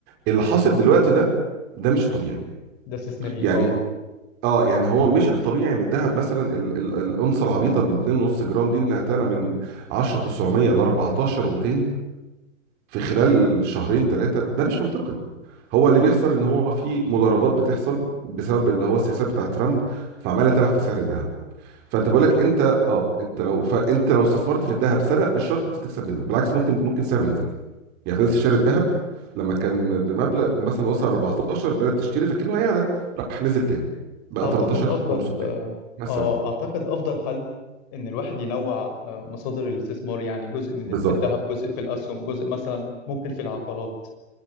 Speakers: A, on the right; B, on the left.
A: اللي حاصل دلوقتي ده ده مش الطبيعي
B: ده استثنائي
A: يعني
B: أه
A: اه يعني هو مش الطبيعي ان الذهب مثلا ال- ال- الانصه العبيطه من 2.5 جرام دي انها تعلى من 10 900 ل 14 و200 في خلال شهرين ثلاثة ده مش منطقي هو اللي بيحصل ان هو في مضاربات بتحصل بسبب اللي هو السياسات بتاعة ترامب فعمالة تلعب في سعر الذهب فانت بقول لك انت اه انت لو فانت لو استثمرت في الذهب سنة مش شرط تكسب منه بالعكس ممكن ممكن سعره ينزل يعني فلوس شاري الذهب لما كان بمبلغ مثلا وصل 14 بدأت تشتري فكأنه هيعلى راح نزل تاني بقى
B: أعتقد
A: 13
B: أفضل
A: 500 مثلا
B: أه أعتقد أفضل حل إن الواحد ينوع آه، مصادر الاستثمار يعني جزء من
A: بالظبط
B: في الذهب جزء في الأسهم جزء مثلا ممكن في العقارات